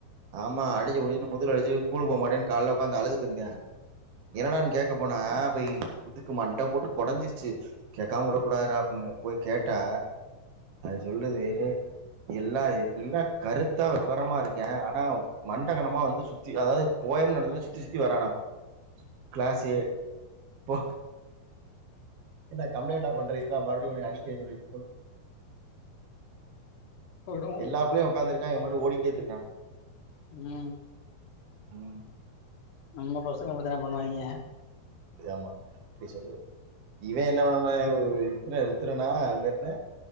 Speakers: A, on the right; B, on the left.
A: ஆமா அடிச்சு புடிச்சுட்டு முதுல அடிச்சுட்டு கூலுக்கு போ மாட்டேன் கால்ல உக்காந்து அழுதுட்டு இருந்த என்னடான் கேக்க போனா போய் இதுக்கு மண்ட போட்டு கொடஞ்சிர்ச்சு கேக்காம உடக்கூடாதுறா அப்புன்னு போய் கேட்டா அது சொல் லுது எல்லா எல்லா கருத்தா வெவரமா இருக்கேன் ஆ னா மண்டகனமா வந்து சுத்தி அதாவது போயம் நடத்துனா சுத்தி சுத்தி வரானா கிளாஸ் ஏ போ ஏன்டா கம்ப்ளைண்டா பண்ற இருடா மறுபுடியு உன்ய அடிக்கேன் சொல்லிது
B: விடுவோம்
A: எல்லா பிள்ளையு உக்காந்துருக்கான் இவன் மட்டு ஓடிட்டே திர்றான்
B: ம்
A: ம்,
B: நம்ம பசங்க அப்டித்தான பண்ணுவாய்ங்க
A: ஆமா அப்டி சொல்லு இவேன் என்ன பண்ணும ருத்துன ருத்துரனா அவன் பேரென்ன